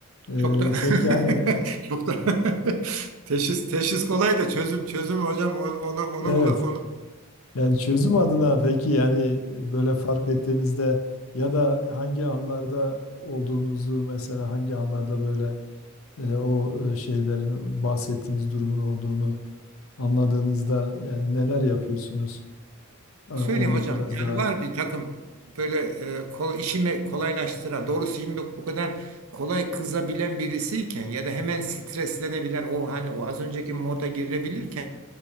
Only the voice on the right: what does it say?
Çok da <laughs>
çok da <laughs> teşhis teşhis kolay da çözüm çözüm hocam onu onu
onu,
ula- onu.
<laughs>
Söyleyeyim hocam
yani
var bir takım böyle e, kol, işimi kolaylaştıran doğrusu şimdi bu kadar kolay kızabilen birisiyken ya da hemen streslenebilen o hani o az önceki moda girebilirken